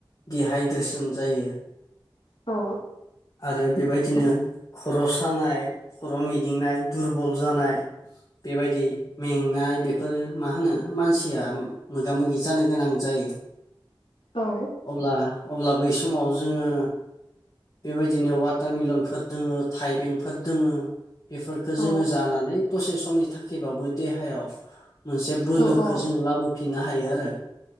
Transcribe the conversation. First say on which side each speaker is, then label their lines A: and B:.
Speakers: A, on the left; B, on the left.
A: दिहाइद्रेसन जायो
B: अ
A: आरो बेबायदिनो खर' सानाय खर' मिदिंनाय दुरबल जानाय बेबायदि मेंनाय बेफोरो मा होनो मानसिया मोगा मोगि जानो गोनां जायो
B: औ
A: अब्ला अब्ला बै समाव जोङो बेबायदिनो वाटारमलनफोर दङो थाइबेंफोर दोङ बेफोरफोरखौ
B: औ
A: जोङो जानानै दसे समनि थाखायबाबो देहायाव मोनसे बोलोखौ
B: औ औ
A: जोङो लाबोफिननो हायो आरो